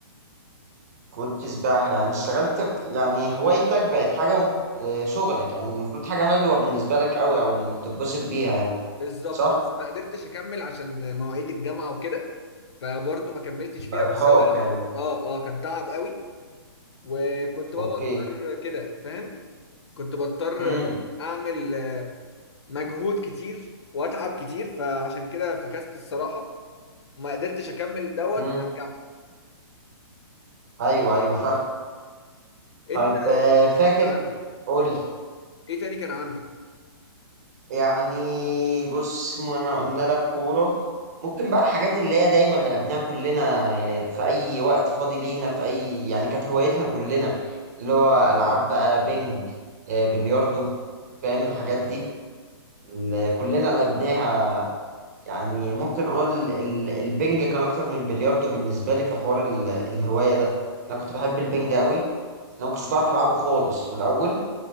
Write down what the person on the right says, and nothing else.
كنت سباحة يعني اشتغلت في يعني هوايتك بقت حاجة مف- آه، شغلك يعني المفروض حاجة حلوة بالنسبة لك قوي او انك تتبسط بيها يعني
صح؟
يبقى
إرهاق
يعني
أوكي
مم.
مم.
أيوه أيوه فاهم
طيب
آه، فاكر
قول لي
يعني بص ما أنا قلنا لك كورة ممكن بقى الحاجات اللي هي دايما لعبناها كلنا آه، في أي وقت فاضي لينا في أي يعني كانت هوايتنا كلنا اللي هو ألعاب بقى بينج آه، بلياردو فاهم الحاجات دي اللي كلنا لعبناها يعني ممكن أقول ال- البينج كان أكتر من بلياردو بالنسبة لي في حوار ال- الهواية ده أنا كنت بحب البنج أوي انا ما كنتش بعرف العبه خالص في الاول